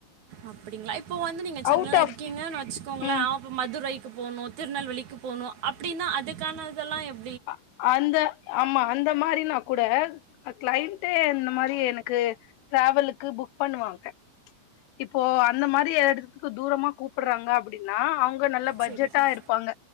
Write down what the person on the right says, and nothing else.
அப்டிங்ளா இப்போ வந்து நீங்க சென்னனல
இருக்கீங்கன்னு வச்சுக்கோங்களே
அப்ப மதுரை க்கு போனு திருநெல்வேலிக்கு போனு அப்டின்னா அதுக்கானதெல்லா எப்
சரி சரி